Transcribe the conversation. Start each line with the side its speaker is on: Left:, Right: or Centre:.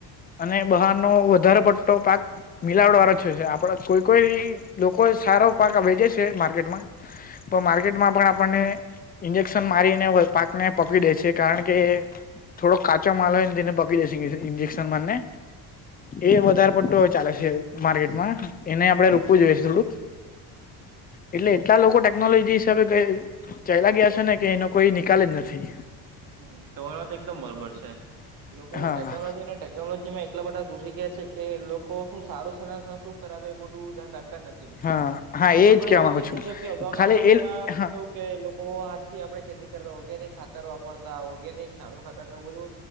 Left: અને બહારનો વધારેો પડ પાક મિલાવડ વાર જ છે છે આપડે કોઈ કોઈ લોકો સારો પાકા વેચે છે માર્કેટમાં તો માર્કેટમાં પણ આપણને ઇન્જેક્શન મારીને પાક ને પકડી દે છે કારણ કે થોડો કાચો માલ હોય ને તેને જેક્શનને એ વધારે પટો ચાલે છે માર્કેટમાં એને આપડે રોકવું જોઈએ છે થોડુંક એટલે એટલા લોકો ટેકનોલોજી હિસાબે ચાલલા ગયા છે ને કે એનો કોઈ નિકાલ જ નથી
Right: હ તમારી વાત એકદમ બરોબર છે લોકો
Left: હા
Right: ટેકનોલોજી અને ટેકનોલોજી માં એટલા બધા પૂછી ગયા છે કે લોકો શું સારું છે ને શું ખરાબ એ બધું ધન રાખ નથી
Left: હા હા એજ
Right: આપણે
Left: કેવા
Right: જોઈ
Left: માંગુ
Right: એ
Left: છું
Right: મુજબ કે અગાઉના
Left: ખાલી
Right: સમયમાં
Left: એ હા
Right: કેવું કે લોકો હાથથી આપડણે ખેતી કરતા ઓર્ગેનિક ખાતર વાપરતા ઓર્ગેનિક છા ખતર ને એવું બધું